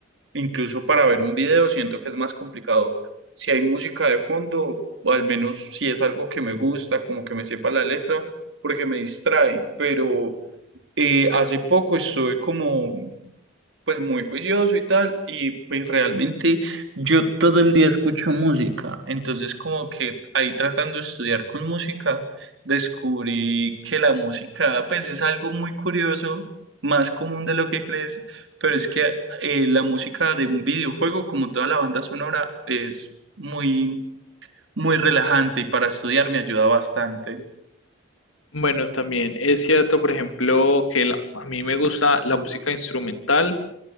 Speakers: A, on the right; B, on the left.
A: incluso para ver un video, siento que es más complicado si hay música de fondo, o al menos si es algo que me gusta, como que me sepa la letra, porque me distrae. Pero eh, hace poco estuve como pues muy juicioso y tal, y pues realmente yo todo el día escucho música, entonces como que ahí tratando de estudiar con música, descubrí que la música pues es algo muy curioso, más común de lo que crees, pero es que eh, la música de un videojuego, como toda la banda sonora, es muy, muy relajante y para estudiar me ayuda bastante.
B: Bueno, también es cierto, por ejemplo, que la- a mí me gusta la música instrumental.